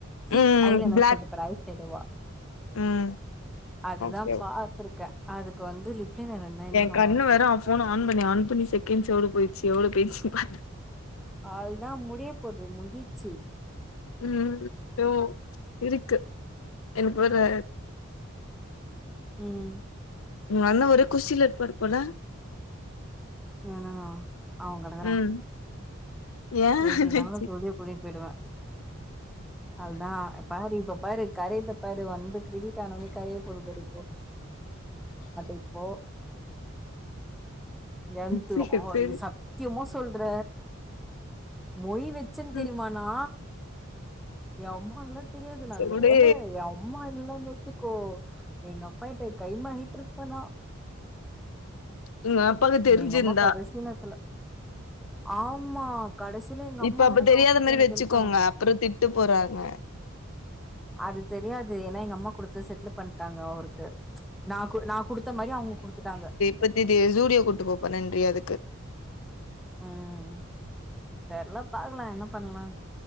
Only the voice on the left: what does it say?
ம்
பிளாக்
ம்
ஓகே
என்
கண்ணு
வேற ஆ ஃபோன்ன ஆன் பண்ணி ஆன் பண்ணி செகண்ட்ஸ் எவ்ளோ போய்ச்சு எவ்ளோ போய்ச்சுன் பாத்
ம் போ இருக்கு எனக்கு ஒரு
உன் அண்ண ஒரே குஷில இருப்பாரு போல
ம் ஏ
என்னாச்சு
சேரி
சேரி
ம்
அப்டே
<unintelligible> தெரிஞ்சிருந்தா
இப்ப அப்ப
தெரியாத
மாரி
வச்சுக்கோங்க
அப்றோ திட்டு போறாங்க
பத்திட்டு ஜூடியோ கூட்டு போப்பண்றியே அதுக்கு